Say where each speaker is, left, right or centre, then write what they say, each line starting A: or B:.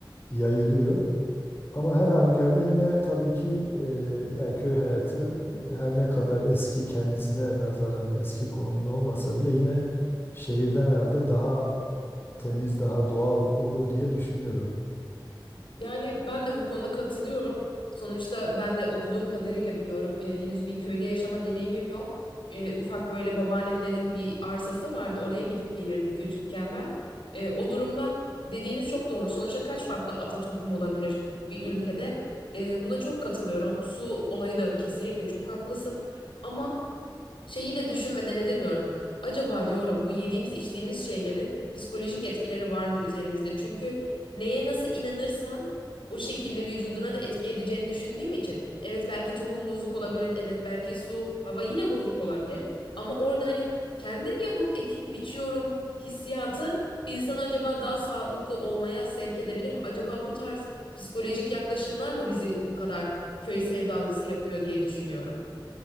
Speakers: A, on the left; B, on the left.
A: yayılıyor. Ama her halükarda yine tabii ki e, yani köy hayatı e, her ne kadar eski kendisine nazaran eski konumunda olmasa bile yine şehirden herhalde daha temiz, daha doğal olur diye düşünüyorum.
B: Yani ben de bu konuda katılıyorum. Sonuçta ben de okuduğum kadarıyla biliyorum. e, henüz bir köyde yaşama deneyimim yok. E, ufak böyle babaannemlerin bir arsası vardı. Oraya gidip gelirdik küçükken ben. E, o durumda dediğiniz çok doğru. Sonuçta kaç farklı ata tohum olabilir bir ülkede? E, buna çok katılıyorum. Su olayı da kesinlikle çok haklısın. Ama Şeyi de düşünmeden edemiyorum. Acaba diyorum bu yediğimiz içtiğimiz şeylerin psikolojik etkileri var mı üzerimizde? Çünkü neye nasıl inanırsan o şekilde vücuduna da etki edeceğini düşündüğüm için. Evet belki tohum bozuk olabilir. Evet belki su, hava yine bozuk olabilir. Ama orada hani kendim yapıp ekip biçiyorum hissiyatı insanı acaba daha sağlıklı olmaya sevk edebilir mi? Acaba bu tarz psikolojik yaklaşımlar mı bizi bu kadar köy sevdalısı yapıyor diye düşünüyorum.